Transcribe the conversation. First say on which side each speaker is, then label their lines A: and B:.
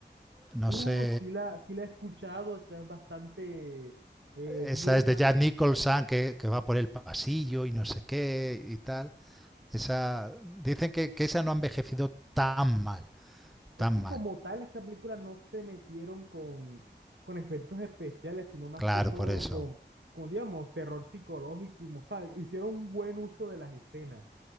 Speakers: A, in the centre; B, on the right (about 90°).
A: No
B: Uh,
A: sé,
B: sí la, sí la he escuchado, o sea, es bastante eh,
A: esa
B: vieja.
A: es de Jack Nicholson que, que va por el pasillo y no sé qué y tal. Esa, dicen que, que esa no ha envejecido tan mal,
B: Es
A: tan
B: que
A: mal.
B: como tal, esa película no se metieron con, con efectos especiales, sino más
A: Claro,
B: que todo
A: por eso.
B: con, con, digamos, terror psicológico y, mo- ¿sabe? Hicieron un buen uso de las escenas